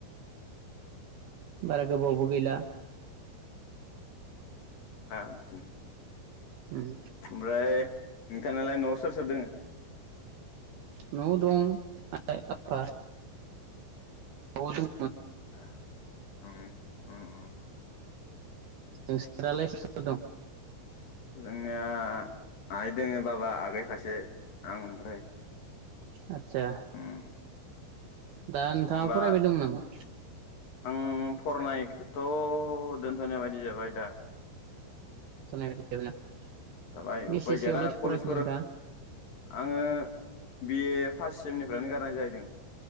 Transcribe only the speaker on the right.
बारा गोबावबो गैला।
उम
न' दं आइ आफा ओनफाय <inaudible>
नोंसोरालाय सोर सोर दं?
आथ सा
दा नोंथांङा
फरायबाय दं नामा?
<unintelligible>
बेसेसोआव
लासै फरायखो
नोंथाङा